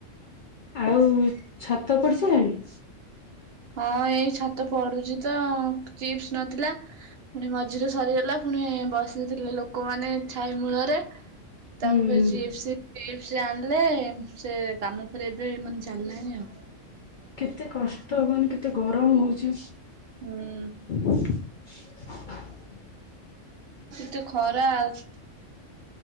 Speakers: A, on the left (about 60°); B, on the right (about 60°).
A: ଆଉ ଛାତ ପଡିସାଇଲାଣି।
B: ହଁ ଏଇ ଛାତ ପଡୁଚି ତ ଚିପ୍ସ୍ ନଥିଲା। ପୁଣି ମଝିରେ ସରିଗଲା ପୁଣି ବସିଥିଲେ ଲୋକମାନେ ଛାଇ ମୂଳରେ। <unintelligible>
A: ହୁଁ
B: ସେ ଆଁଲେ ସେ କାମ କରିବା ପାଇଁ ମନ୍ ଚାଲ୍ଲାଣିି ଆଉ।
A: କେତେ କଷ୍ଟ ହୁଅନି କେତେ ଗରମ୍ ହୋଉଚି।
B: ହୁଁ।
A: <unintelligible>
B: ଏତେ ଖରା ଆଉ